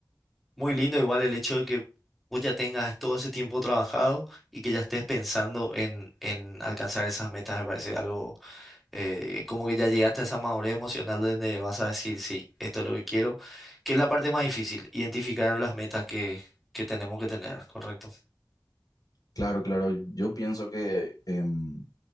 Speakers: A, in the centre; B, on the left.
A: muy lindo igual el hecho de que vos ya tengas todo ese tiempo trabajado y que ya estés pensando en, en alcanzar esas metas, me parece algo eh, como que ya llegaste a esa madurez emocional donde vas a decir, sí, esto es lo que quiero, que es la parte más difícil, identificar las metas que, que tenemos que tener, ¿correcto?
B: Claro, claro, yo pienso que... em,